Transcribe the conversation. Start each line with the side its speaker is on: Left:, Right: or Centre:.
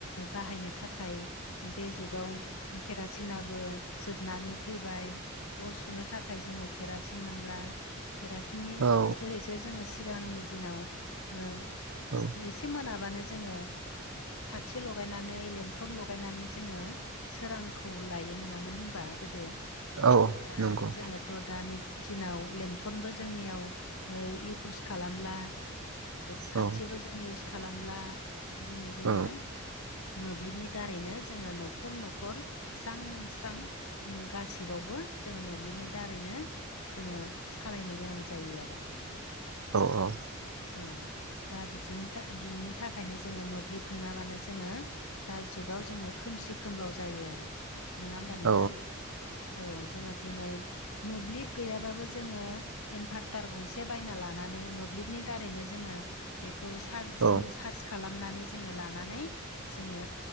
Left: बाहायनो थाखाय बे जुगाव खेरासिन सिनाबो जोबनानै फैबाय अर सुनो थाखाय जोङो केरासिन मोनला केरासनि
Right: औ
Left: जोहैसो जोङो सिगांनि दिनाव ओ
Right: औ
Left: एसे मोनाबानो जोङो साथि लगायनानै लेमथर लगायनानै जोङो सोरांखौ लायो नङामोन होनबा गोदो
Right: औ
Left: दा
Right: नंगौ
Left: जोङो थ' दानि दिनाव लेमथनबो जोंनियाव इउस खालामला साथिबो
Right: औ
Left: जों इउस खालामला दिनै जोङो
Right: औ
Left: मोब्लिबनि दारैनो जोङो न'खर न'खर स्रां स्रां गासिबावबो जोङो मोब्लिबनि दारैनो जोङो सालायनो गोनां जायो आरो
Right: औ औ
Left: औ दा बिदिनो बिनो ओंखायनो जोङो मोब्लिब नङाबानो जोङो दा जुगाव जोङो खोमसि खोमलाव जायो आरो नङा होमबा नोंथां
Right: औ
Left: औ जोंहा दिनै मोब्लिब गैयाबाबो जोङो इनभार्टार गंसे बायना लानानै मोब्लिबनि दारैनो जोङो बेखौ सार्जिं
Right: औ
Left: चार्ज खालामनानै जोङो लानानै जोङो